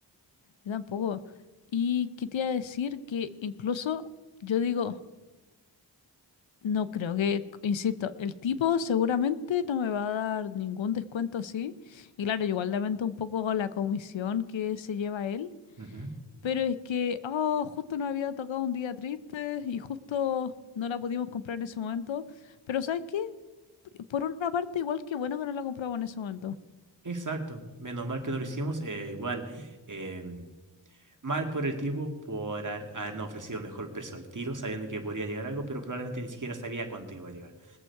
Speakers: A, on the left; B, on the right.
A: Yo tampoco. Y qué te iba a decir que incluso yo digo, no creo que, insisto, el tipo seguramente no me va a dar ningún descuento así. Y claro, yo igual lamento un poco la comisión que se lleva él
B: Ujú.
A: Pero es que, ah, justo nos había tocado un día triste y justo no la pudimos comprar en ese momento. Pero ¿sabes qué? Por una parte, igual que bueno que no la compramos en ese momento.
B: Exacto, menos mal que no lo hicimos, eh, igual. em, Mal por el tipo por haber- habernos ofrecido el mejor precio al tiro, sabiendo que podría llegar algo, pero probablemente ni siquiera sabía cuánto iba a llegar.